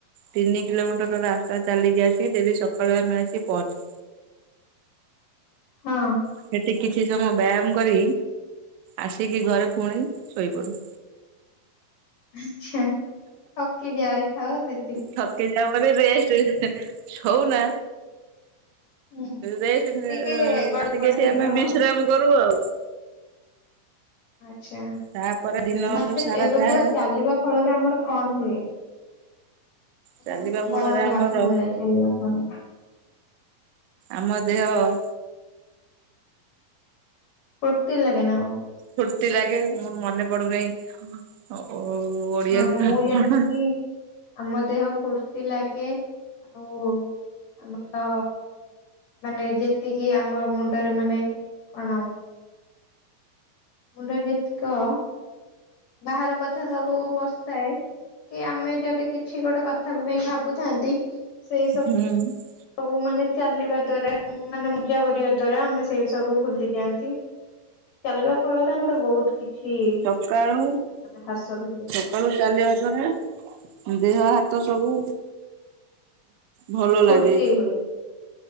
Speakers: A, on the right (about 80°); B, on the left (about 60°).
A: ତିନି କିଲୋମିଟର ରାସ୍ତା ଚାଲିକି ଆସିକି ଡେଲି ସ ସଖାଳୁ ଆମେ ପଅଞ୍ଚୁ।
B: ହଁ।
A: ସେଠି କିଛି ସମୟ ବ୍ୟାୟାମ କରି ଆସିକି ଘରେ ପୁଣି ଶୋଇପଡୁ।
B: ଆଚ୍ଛା ଥକି ଯାଇଥାଅ ସେ
A: ଥକି ଯାଅ ବୋଲି ରେଷ୍ଟ ଛଉନା?
B: ହୁଁ
A: ରେଷ୍ଟ
B: ଟିକେ
A: ଏ ଏ
B: ଗଡପଡ
A: ଆସିକି ଏଠି
B: ହେଇଯାଅ
A: ଆମେ ବିଶ୍ରାମ
B: ଆଉ।
A: କରୁ ଆଉ।
B: ଆଚ୍ଛା
A: ତାପରେ ଦିନରୁ
B: ମତେ
A: ସାରା
B: ଏବେ
A: ଯାହା
B: କୁହ ଚାଲିବା ଫଳରେ ଆମର କଣ ହୁଏ?
A: ଚାଲିବା
B: ମାନେ ଆମର
A: ଫଳରେ
B: କଣ
A: ଆମର
B: ଲାଭ ମିଳେ ଚାଲିବା ଫଳରେ।
A: ଆମ ଦେହ ଉଁ।
B: ଫୁର୍ତ୍ତି ଲାଗେ ନା କଣ?
A: ଫୁର୍ତି ଲାଗେ ମୋର ମନେ ପଡୁନହିଁ ଓ ଓଡିଆକୁ
B: ହଁ ମୁଁ
A: କଣ
B: ଜାଣିଛି କି ଆମ ଦେହ ଫୁର୍ତି ଲାଗେ ଆଉ ଆମର ମାନେ ଯେତିକି ଆମ ମୁଣ୍ଡରେ ମାନେ କଣ? ମୁଣ୍ଡ ଯେତିକ ବାହାର କଥା ସବୁ ପସିଥାଏ କି ଆମେ ଯଦି କିଛି ଗୋଟେ କଥାକୁ ନେଇ ଭାବୁଥାନ୍ତି ସେ
A: ହୁଁ।
B: ସବୁ ମାନେ ଚାଲିବା ଦ୍ଵାରା ମାନେ ମୂଜା କରିବା ଦ୍ଵାରା ଆମେ ସେଇ ସବୁ ଭୁଲିଯାଆନ୍ତି। ଚାଲିବା ଫଳରେ ଆମର ବହୁତ କିଛି
A: ସକାଳୁ
B: ମାନେ ହାସଲ ହୁଏ।
A: ସକାଳୁ ଚାଲିବା ଦ୍ଵାରା ଦେହ ହାତ ସବୁ ଭଲ
B: ଫୁର୍ତ୍ତି
A: ଲାଗେ
B: ହୁଏ।